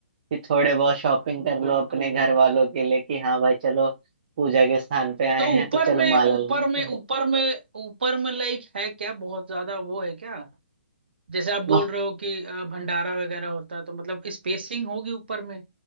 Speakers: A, on the right; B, on the right.
A: फिर थोड़े बहुत शॉपिंग
B: हम्म,
A: कर
B: बिल्कुल
A: लो अपने घर
B: बिल्कुल
A: वालों के लिए कि हाँ भाई चलो पूजा के स्थान पे आए
B: तो
A: हैं
B: ऊपर
A: तो चलो
B: में
A: माला
B: ऊपर
A: ले लेते
B: में
A: हैं
B: ऊपर में ऊपर में लाइक है क्या बहुत ज्यादा वो है क्या जैसे आप
A: वाह
B: बोल रहे हो कि अ, भंडारा वगैरह होता है तो मतलब स्पेसिंग होगी ऊपर में